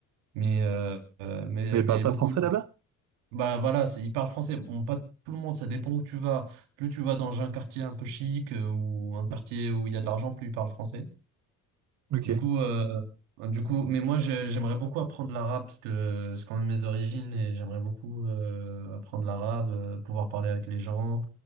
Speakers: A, on the right (about 80°); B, on the right (about 45°).
A: mais euh, euh, mais
B: Mais
A: mais
B: ils parlent pas
A: beaucoup
B: français là-bas?
A: bah voilà, c'est- ils parlent français. Bon, pas tout le monde, ça dépend où tu vas. Plus tu vas dans un quartier un peu chic euh, ou un quartier où il y a de l'argent, plus ils parlent français.
B: Ok.
A: Du coup, euh, du coup, mais moi j'ai- j'aimerais beaucoup apprendre l'arabe parce que c'est quand même mes origines et j'aimerais beaucoup euh, apprendre l'arabe, euh, pouvoir parler avec les gens,